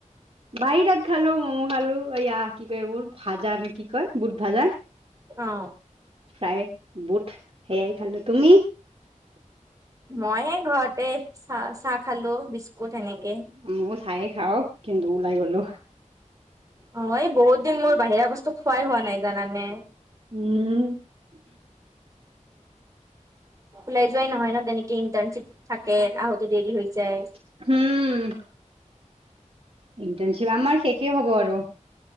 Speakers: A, on the right (about 45°); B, on the right (about 25°).
A: বাহিৰত খালো মমো খালো এইয়া কি কয় এইবোৰ ভাজা নে কি কয় বুট ভাজা
B: অ
A: প্ৰায়ে বুট সেয়াই খালো তুমি
B: মই ঘৰতে চাহ চাহ খালো বিস্কুট সেনেকে
A: ময়ো চায়ে খাও কিন্তু ওলাই গলো
B: অ এই বহুত দিন মোৰ বাহিৰা বস্তু খোৱাই হোৱা নাই জানানে
A: উম
B: ওলাই যোৱাই নহয় ন তেনেকে ইণ্টাৰ্ণশ্বিপ থাকে আহোতে দেৰি হৈ যায়
A: উম ইণ্টাৰণশ্বিপ আমাৰ শেষেই হ'ব আৰু